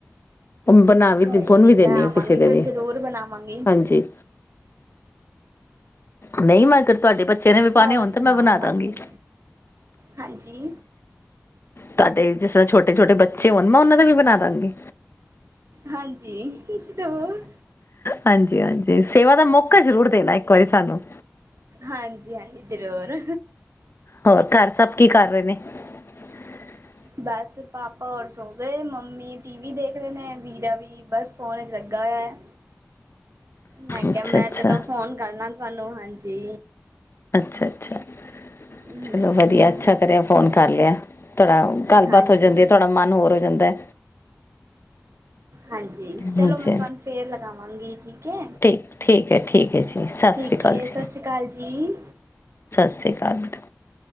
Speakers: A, on the left; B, on the right.
A: ਬਣਾ ਵੀ
B: ਕੋਈ
A: ਬੁਨ
B: ਨੀ
A: ਵੀ
B: ਮੈਂ
A: ਦਿੰਦੀ
B: ਆਵਾਂਗੀ
A: ਹਾਂ ਕਿਸੇ ਦੇ
B: ਫਿਰ
A: ਵੀ
B: ਜ਼ਰੂਰ ਬਣਾਵਾਂਗੀ
A: ਹਾਂਜੀ। ਨਹੀਂ ਮੈਂ ਅਗਰ ਤੁਹਾਡੇ ਬੱਚੇ ਨੇ ਵੀ
B: ਹੋਰ
A: ਪਾਉਣੇ ਹੋਣ ਤਾਂ
B: ਸੁਣਾਓ
A: ਮੈਂ ਬਣਾ
B: ਬਾਕੀ
A: ਦਾਂਗੀ।
B: ਹਾਂਜੀ।
A: ਤੁਹਾਡੇ ਜਿਸ ਰਾ ਛੋਟੇ-ਛੋਟੇ ਬੱਚੇ ਹੋਣ ਮੈਂ ਉਹਨਾਂ ਦਾ ਵੀ ਬਨਾ ਦਾਂਗੀ।
B: ਹਾਂਜੀ ਜ਼ਰੂਰ
A: ਹਾਂਜੀ-ਹਾਂਜੀ ਸੇਵਾ ਦਾ ਮੌਕਾ ਜ਼ਰੂਰ ਦੇ ਨਾ ਇੱ ਕੋਈ ਸਾਨੂੰ।
B: ਹਾਂਜੀ-ਹਾਂਜੀ ਜਰੂਰ।
A: ਹੋਰ ਘਰ ਸਭ ਕੀ ਕਰ ਰਹੇ ਨੇ। <inaudible>
B: ਬਸ ਪਾਪਾ ਹੋਰ ਸੋ ਗਏ ਮੰਮੀ ਟੀਵੀ ਦੇਖ ਰਹੇ ਨੇ ਵੀਰਾ ਵੀ ਬਸ ਫੋਨ ਵਿੱਚ ਲੱਗਾ ਹੋਇਆ। ਮੈਂ ਕਿਹਾ
A: ਅੱਛਾ
B: ਮੈਂ
A: ਅੱਛਾ
B: ਚਲੋ ਫੋਨ ਕਰਲਾ ਤੁਹਾਨੂੰ ਹਾਂਜੀ।
A: ਅੱਛਾ-ਅੱਛਾ
B: ਹਮ
A: ਚਲੋ ਵਧੀਆ ਅੱਛਾ ਕਰਿਆ ਫੋਨ ਕਰ ਲਿਆ। ਥੋੜਾ ਗੱਲਬਾਤ
B: ਹਾਂਜੀ
A: ਹੋ ਜਾਂਦੀ ਹੈ ਥੋੜਾ ਮਨ ਹੋਰ ਹੋ ਜਾਂਦਾ।
B: ਹਾਂਜੀ ਚਲੋ
A: ਹਾਂਜੀ
B: ਮੈਂ ਤੁਹਾਨੂੰ ਫੇਰ ਲਗਾਵਾਂਗੀ ਠੀਕ ਹੈ।
A: ਠੀ ਠੀਕ ਹੈ, ਠੀਕ ਹੈ ਜੀ। ਸਤਿ
B: ਠੀਕ
A: ਸ਼੍ਰੀ ਅਕਾਲ
B: ਏ
A: ਜੀ
B: ਸਸ ਸ੍ਰੀ ਕਾਲ ਜੀ।
A: ਸਤਿ ਸ਼੍ਰੀ ਅਕਾਲ ਬੇਟਾ